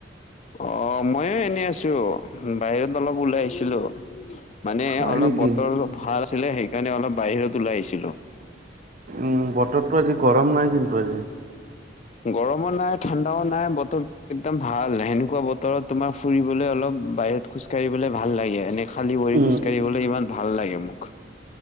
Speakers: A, on the left; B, on the right.
A: অ মইও এনে আছো বাহিৰত অলপ ওলাই আহিছিলো। মানে
B: হয়
A: অলপ
B: নেকি
A: বতৰ ভাল আছিলে সেইকাৰণে অলপ বাহিৰত ওলাই আহিছিলো।
B: উম বতৰটো আজি গৰম নাই কিন্তু আজি।
A: গৰমো নাই ঠাণ্ডাও নাই বতৰ একদম ভাল সেনেকুৱা বতৰত তোমাৰ ফুৰিবলৈ অলপ বাহিৰত- খোজকাঢ়িবলৈ ভাল লাগে এনেই খালী ভৰি
B: উম
A: খোজকাঢ়িবলৈ ইমান ভাল লাগে মোক।